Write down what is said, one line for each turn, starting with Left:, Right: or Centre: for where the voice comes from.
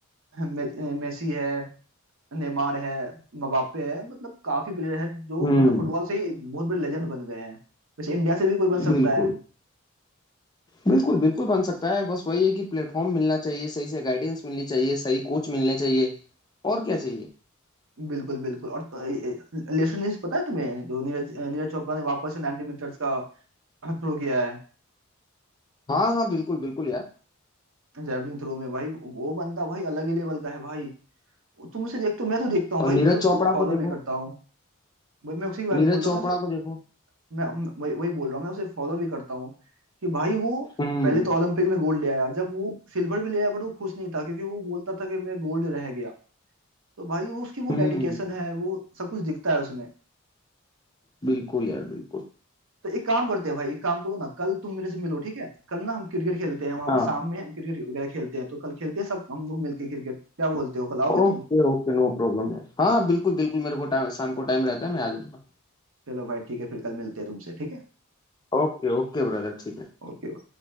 Right: मे, मेसी है नेमार है मबाप्पे है मतलब काफी प्लेयर है जो
Left: हम्म
Right: मतलब फुटबॉल से ही बहुत बड़े लेजेंड बन गए हैं वैसे इंडिया से भी कोई बन
Left: बिल्कुल
Right: सकता है
Left: बिल्कुल बिल्कुल बन सकता है बस वही है कि प्लेटफॉर्म मिलना चाहिए सही से गाइडेंस मिलनी चाहिए सही कोच मिलने चाहिए और क्या चाहिए
Right: बिल्कुल बिल्कुल और लेटेस्ट न्यूज पता है तुम्हें जो नीरज नीरज चोपड़ा ने वापस से 90 मीटर्स का थ्रो किया है
Left: हाँ हाँ बिल्कुल बिल्कुल यार
Right: जैवलिन थ्रो में भाई वो बंदा भाई अलग ही लेवल का है भाई तुम उसे देखते हो मैं तो देखता हूँ
Left: और
Right: भाई
Left: नीरज
Right: मैं उसे
Left: चोपड़ा
Right: फॉलो
Left: को देखो
Right: भी करता हूँ भाई मैं उसी के बारे
Left: नीरज
Right: में बोल रहा
Left: चोपड़ा
Right: हूँ मैं
Left: को देखो
Right: मैं मैं- वही वही बोल रहा हूँ मैं उसे फॉलो भी करता हूँ कि भाई वो
Left: हम्म
Right: पहले तो ओलंपिक में गोल्ड ले आया जब वो सिल्वर भी ले आया बट वो खुश नहीं था क्योंकि वो बोलता था कि मैं गोल्ड रह गया तो भाई वो उसकी वो
Left: हम्म
Right: डेडिकेशन है वो सब कुछ दिखता है उसमें
Left: बिल्कुल यार बिल्कुल
Right: तो एक काम करते हैं भाई एक काम करो ना कल तुम मेरे से मिलो ठीक है कल ना हम क्रिकेट खेलते हैं वहां
Left: हाँ
Right: पे शाम में हम क्रिकेट वगैरह खेलते हैं तो कल खेलते हैं सब हम लोग मिलके क्रिकेट क्या बोलते हो कल आओगे
Left: ओके
Right: तुम
Left: ओके नो प्रॉब्लम है हाँ हाँ बिल्कुल बिल्कुल मेरे को टाइम शाम को टाइम रहता है मैं आ जाऊंगा
Right: चलो भाई ठीक है फिर कल मिलते हैं तुमसे ठीक है
Left: ओके ओके ब्रदर ठीक है
Right: ओके